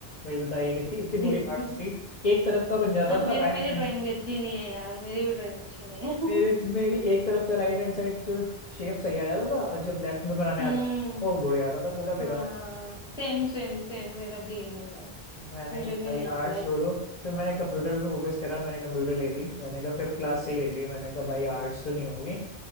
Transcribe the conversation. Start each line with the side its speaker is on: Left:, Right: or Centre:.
Left: भाई बताइए कितनी इतनी
Centre: <laughs>
Left: बुरी आर्ट थी एक तरफ का बन जाता
Centre: हाँ मेरी
Left: था राइट
Centre: मेरी ड्राइंग भी अच्छी नहीं है यार मेरी भी ड्राइंग अच्छी नहीं है
Left: मेरे
Centre: <laughs>
Left: मेरी एक तरफ का राइट हैंड साइड जो शेप सही आ जाता था और जब लेफ्ट में बनाने
Centre: हम्म
Left: आता था वो बुढ़े आता था पूरा बेकार
Centre: हाँ सेम सेम सेम मेरा भी यही होता है
Left: मैंने
Centre: मुझे
Left: कहा
Centre: भी
Left: भाई
Centre: नहीं
Left: यार
Centre: आता है
Left: छोड़ो फिर मैंने कंप्यूटर पे फोकस करा मैंने कंप्यूटर ले ली मैंने कहा फिफ्थ क्लास से ही ले ली मैंने कहा भाई आर्ट्स तो नहीं होगी